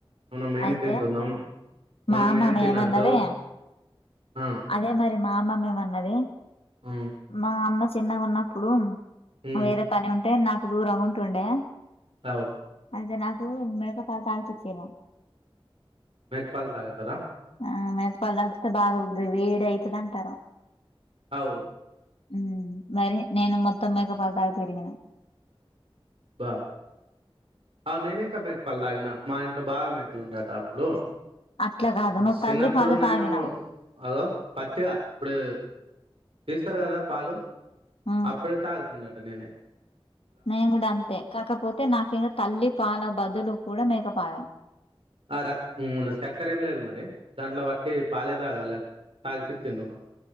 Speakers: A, on the right; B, on the left.
A: మనం ఏం
B: అయితే
A: తింటున్నాం మనం
B: మా అమ్మమ
A: ఏం
B: మేమన్నదె
A: తినద్దు ఆ
B: అదే మరి మా అమ్మమ్మ మేమన్నది
A: ఉమ్
B: మా అమ్మ చిన్నగా ఉన్నప్పుడు
A: ఉమ్
B: వేరే పని ఉంటే నాకు దూరం ఉంటుండే
A: అవ్
B: అయితే నాకు మేక పాలు తాగిపిచ్చిన్రు
A: పాల్ తాగతారా
B: ఆ మేకపాల తాగితే బాగా వేడి అయితది అంటరు
A: అవ్
B: ఉమ్ మరి నేను మొత్తం మేక పాలతాగి పెరిగిన
A: బా అవు నేను ఇంకా మెక పాలు తాగిన మా ఇంట్లో బాగా మేకలు ఉండేట అప్పుడు
B: అట్లా కాదు నువ్వు
A: షిన్నప్పుడు
B: తల్లి పాలు
A: నేను
B: తాగినావు
A: అగో పత్తిగా ఇప్పుడు తీస్తారు కదా పాలు
B: ఉమ్
A: అప్పుడే తాగుతుండేటా నేనే
B: నేను కూడా అంతే కాకపోతే నక్ ఇంకా తల్లి పాల బదులు కూడా మేకపాలే
A: ఆ రాక్ సక్కర ఏమి లేదు మరి దాంట్లో వట్టి పాలే తాగాలె తాగిపించిన్రు మాకు